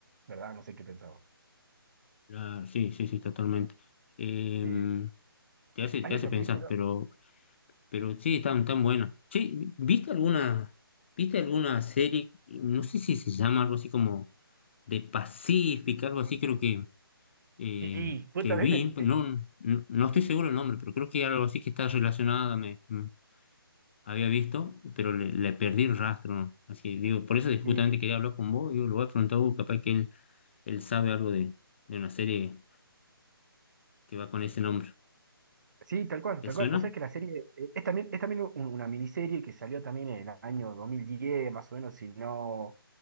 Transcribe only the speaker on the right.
¿verdad? No sé qué pensabas.
Sí.
¿Hay
otra
película?
Sí, justamente.
te-
sí.
Sí, tal cual,
tal
cual. Vos sabés que la serie eh, es también, es también un- una miniserie que salió también en el año 2010, más o menos, si no,